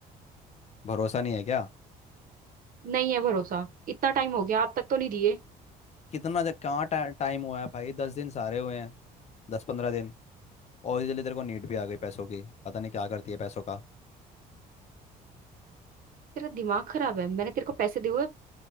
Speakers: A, on the left; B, on the right.
A: भरोसा नहीं है क्या
B: नहीं है भरोसा इतना टाइम हो गया अब तक तो नहीं दिए
A: कितना जब कहाँ टा, टाइम हुआ है भाई दस दिन सारे हुए हैं दस पंद्रह दिन और जल्दी तेरे को नीड भी आ गई पैसों की पता नहीं क्या करती है पैसों का
B: तेरा दिमाग खराब है मैंने तेरे को पैसे दिए हुए